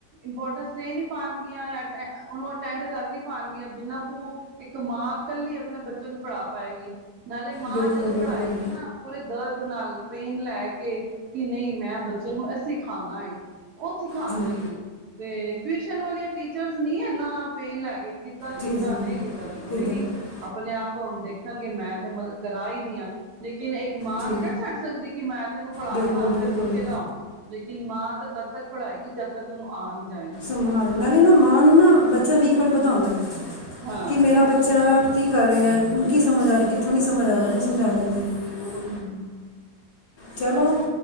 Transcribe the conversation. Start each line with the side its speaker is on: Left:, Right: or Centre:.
Right: ਇੰਪੋਰਟੈਂਸ ਦੇ ਨੀ ਪਾਣਗੀਆਂ ਐ ਟ ਉਹ ਅਟੈਡ ਕਰ ਨੀ ਪਾਉਣਗੀਆਂ ਜਿਨਾ ਕੁ ਇਕ ਮਾਂ ਕਲੀ ਆਪਣੇ ਬੱਚੇ ਨੂੰ ਪੜ੍ਹਾ ਪਾਏਗੀ ਨਾਲੇ ਮਾਂ
Left: ਬਿਲਕੁਲ
Right: ਜਦੋ
Left: ਬਿਲਕੁਲ
Right: ਪੜ੍ਹਾਏਗੀ ਨਾ ਪੂਰੇ ਦਰਦ ਨਾਲ ਪੇਨ ਲੈ ਕੇ ਕਿ ਨਈ ਮੈ ਬੱਚੇ ਨੂੰ ਇਹ ਸਿਖਾਣਾ ਏ। ਉਹ ਸਿਖਾ
Left: ਜੀ
Right: ਦੇਗੀ ਤੇ ਟਿਊਸ਼ਨ ਵਾਲੀਆਂ ਟੀਚਰ ਨੀ ਇਨਾ ਪੇਨ ਲੈ ਕੇ ਕੀਤਾ- ਕੀਤਾ
Left: ਜੀ ਜੀ
Right: ਨਈ ਕੀਤਾ ਤੇ ਕੋਈ
Left: ਕਿਦਾਂ
Right: ਨੀ ਆਪਣੇ ਆਪ ਹੁਣ ਦੇਖ ਖਣਗੇ ਮੈ ਤੇ ਮਤਲਬ ਕਰਾ ਹੀ ਰਹੀ ਹਾਂ ਲੇਕਿਨ ਇਕ ਮਾਂ
Left: ਜੀ
Right: ਨੀ ਨਾ ਛੱਡ ਸਕਦੀ ਕਿ ਮੈ ਤੈਨੂੰ ਪੜਤਾ
Left: ਬਿਲਕੁਲ
Right: ਆਪੇ
Left: ਬਿਲਕੁਲ
Right: ਸਿਖੇਗਾ। ਲੇਕਿਨ ਮਾਂ ਤਾਂ ਤੱਦ ਤੱਕ ਪੜਏਗੀ ਜਦ ਤੱਕ ਉਹਨੂੰ ਆਨੀ ਜਾਏ।
Left: ਹਨ ਨਾਲੇ ਨਾ ਮਾਂ ਨੂੰ ਨਾ ਬੱਚਾ ਵੀਕ ਪੁਆਇੰਟ ਪਤਾ ਹੋਦਾ
Right: ਹਾਂ
Left: ਕਿ ਮੇਰਾ ਬੱਚਾ ਕੀ ਕਰ ਰਿਹਾ ਕੀ ਸਮਝ ਆ ਰਿਹਾ ਕਿਥੋ ਨੀ ਸਮਝ ਆ ਰਿਹਾ ਇਹ ਸਮਝਾ ਦਿੰਦੀ। ਹੋਰ
Right: ਹਮ
Left: ਚਲੋ।